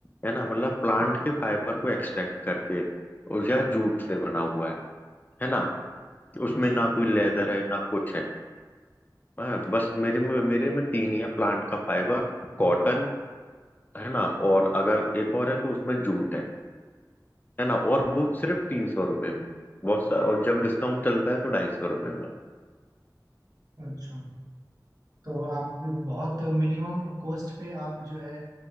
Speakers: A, on the left (about 25°); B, on the right (about 55°).
A: है ना मतलब प्लांट के फाइबर को एक्सट्रैक्ट करके और या जूट से बना हुआ है है ना उसमें
B: अच्छा
A: ना कोई लेदर है ना कुछ है हाँ, बस मेरे में मेरे में तीन ही है प्लांट का फाइबर कॉटन है ना और अगर एक और है तो उसमें जूट है है ना और वो सिर्फ तीन सौ रुपये में बहुत सा और जब डिस्काउंट चल रहा है तो ढाई सौ रुपये में
B: अच्छा तो आप बहुत मिनिमम कॉस्ट पे आप जो है